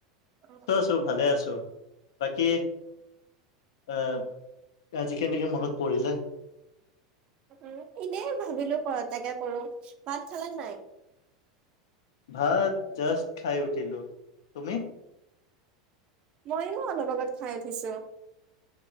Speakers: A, on the right (about 40°); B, on the left (about 60°).
A: অঁ!
B: তো ভালে আছো বাকী- অঁ আজি কেনেকৈ মনত পৰিলে?
A: উমঁ এনেই ভাবিলো কল এটাকে কৰো ভাত খালা নাই?
B: ভাত জাষ্ট খাই উঠিলোঁ তুমি?
A: ময়ো অলপ আগত খাই উঠিছোঁ।